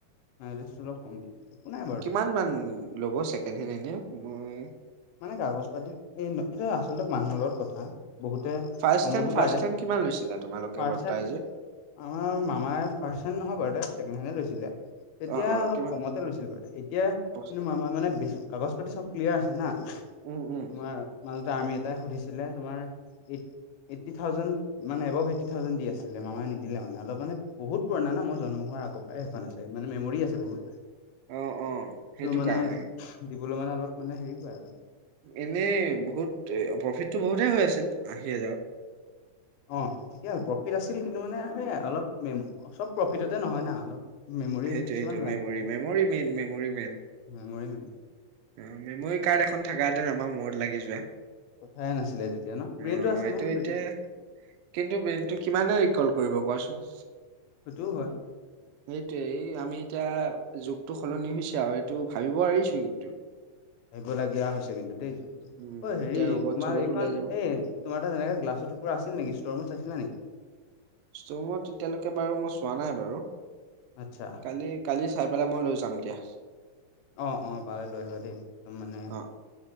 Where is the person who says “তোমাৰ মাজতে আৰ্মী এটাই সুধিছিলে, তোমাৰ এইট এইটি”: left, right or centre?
Left